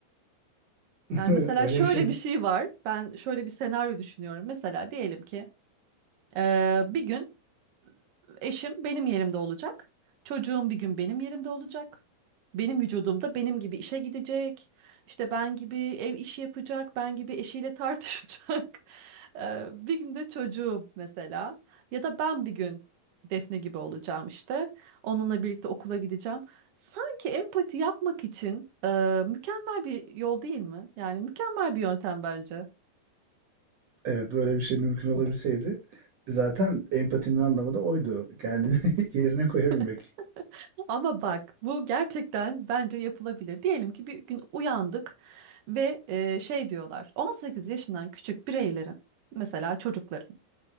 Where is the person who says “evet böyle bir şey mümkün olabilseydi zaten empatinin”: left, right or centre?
Right